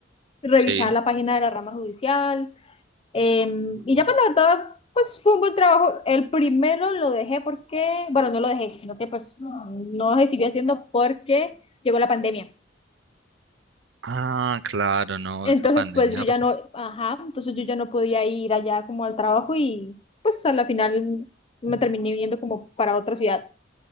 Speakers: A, on the left; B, on the right.
A: revisar
B: sí.
A: la página de la rama judicial eh, y ya pues la verdad, pues fue un buen trabajo. El primero lo dejé porque, bueno, no lo dejé, sino que pues no lo seguí haciendo porque llegó la pandemia.
B: Ah, claro, no,
A: Entonces,
B: esa pandemia.
A: pues yo ya
B: r-
A: no, ajá, entonces yo ya no podía ir allá como al trabajo y pues a la final me terminé viniendo como para otra ciudad.